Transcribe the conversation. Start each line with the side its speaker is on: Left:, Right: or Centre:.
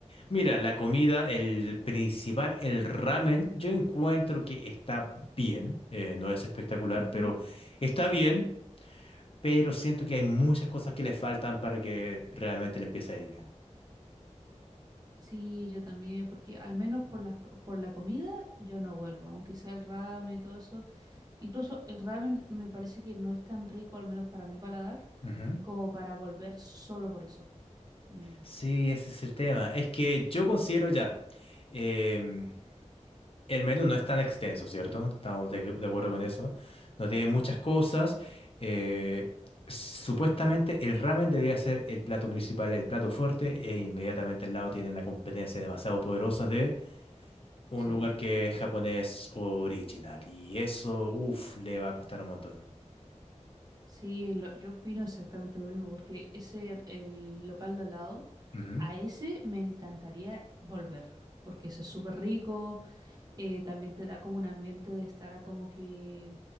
Left: Mira, la comida, el principal, el ramen, yo encuentro que está bien. Eh, no es espectacular,
Right: Ujú.
Left: pero está bien. Pero siento que hay muchas cosas que le faltan para que realmente le empiece a ir bien.
Right: Sí, yo también, porque al menos por la, por la comida yo no vuelvo, aunque sea el ramen y todo eso. Incluso el ramen me parece que no es tan rico, al menos para mi paladar,
Left: Ujú.
Right: como para volver solo por eso. Mm,
Left: Sí, ese es el tema. Es que yo considero ya. em, El menú no es tan extenso, ¿cierto? Estamos de, de acuerdo
Right: claro,
Left: con eso. No tiene muchas
Right: sí,
Left: cosas. eh, supuestamente el ramen debería ser el plato principal, el plato fuerte, e inmediatamente al lado tienen una competencia demasiado poderosa de un
Right: sí.
Left: lugar que es japonés original. Y eso, uff, le va a costar un montón.
Right: Sí, lo- yo opino exactamente lo mismo, porque ese, el local de al lado,
Left: Ujú,
Right: a ese me encantaría volver, porque eso es súper rico, eh, también te da como un ambiente de estar a como que